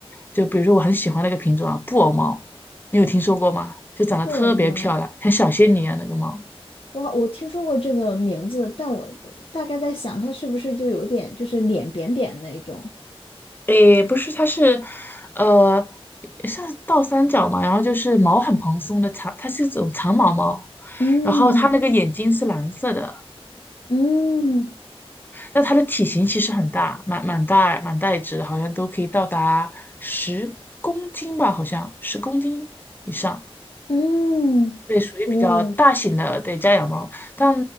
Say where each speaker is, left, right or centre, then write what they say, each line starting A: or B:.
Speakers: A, on the left; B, on the left.
A: 就比如说我很喜欢那个品种啊，布偶猫，你有听说过吗？就长得特别漂亮，
B: 布偶猫，
A: 像小仙女一样那个猫。
B: 我我听说过这个名字，但我大概在想，它是不是就有点就是脸扁扁那种？
A: 诶，不是，它是，呃，像是倒三角嘛，然后就是毛很蓬松的长，它是一种长毛猫，
B: 嗯
A: 然后它那个眼睛是蓝色的，
B: 嗯
A: 但它的体型其实很大，蛮蛮大蛮大一只的，好像都可以到达十公斤吧，好像十公斤以上，
B: 嗯，
A: 对，属于比较大型的，
B: 哦，
A: 对，家养猫，但